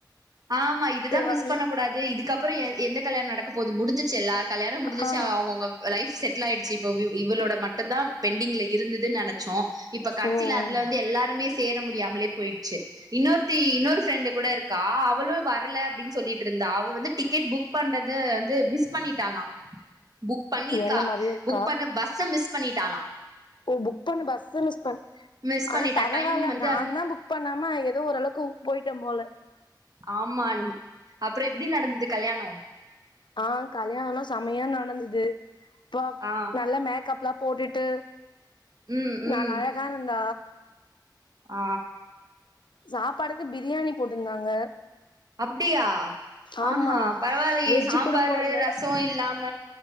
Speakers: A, on the right; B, on the left.
A: ஆமா இதுதா மிஸ்
B: வந்து
A: பண்ண கூடாது இதுக்கப்பறம் எ எந்த கல்யாண நடக்க போது முடிஞ் ச்சு எல்லார் கல்யாணம் முடிஞ்சிச்சு
B: ஆ
A: அவ அவுங்க லைஃப் செட் டில் ஆய்ச்சு இப்வ் இவளோட மட்டும்தா பெண்டிங்ல இருந்ததுன்னு நினைச்சோ இப்ப கடைசில
B: ம்
A: அதுல வந்து எல்லாருமே சேர முடியாமலே போயிடுச்சு இன்னொரு தி இன்னொரு ஃப்ரெண்டு் கூட இரு அவளு வரல அப்படின்னு சொல்லிட்டு இருந்தா அவ வந்து டிக்கெட் புக் பண்றது வந்து மிஸ் பண்ணிடலா புக் பண்ணிருக்கா
B: என்ன மாரியே இருக்கா
A: புக் பண்ண பஸ்ஸ மிஸ் பண்ணிட்டாலா
B: ஓ புக் பண்ண பஸ்சா மிஸ் பண்
A: மிஸ்
B: ஆனா
A: பண்ணிட்டா
B: பரவால்ல
A: டைம் வந்து
B: நா தா புக் பண்ணாம ஏதோ ஓரளவுக்கு போயிட்ட போல
A: ஆமா அப்றம் எப்டி நடந்தது கல்யானோ
B: ஆ கல்யாணம் சமையா நடந்தது ப
A: ஆ
B: நல்ல மேக்கப்லா போட்டுட்டு
A: ம் ம்
B: நல் அழகா இருந்த
A: ஆ
B: சாப்பாடுக்கு பிரியாணி போட்டுருந்தாங்க
A: அப்படியா
B: ஆமா
A: ஆ அ பரவாலெயே
B: வெஜ்ஜு
A: சாம்பரு
B: கூட போடல
A: ரசசொ இல்லாம